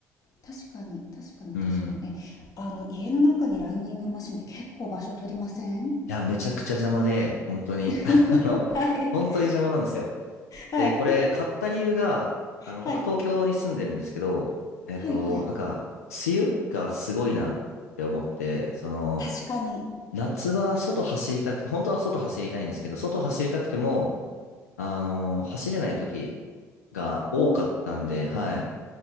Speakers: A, on the left; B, on the left.
A: 確かに、確かに、
B: うん。
A: 確かに。え、あの、家の中にランニングマシンって結構場所取りません
B: いや、めちゃくちゃ邪魔で、本当に、
A: <laughs>
B: <laughs> あの、
A: はい。
B: 本当に邪魔なんですよ。
A: はい。
B: で、これ、買った理由が、あの、
A: はい。
B: 僕、東京に住んでるんですけど、えっと、
A: はいはい。
B: なんか、梅雨がすごいなって思って、その、
A: 確かに。
B: 夏は外走りたくて、本当は外走りたいんですけど、外走りたくても、あの、走れない時が多かったんで、
A: お、
B: はい。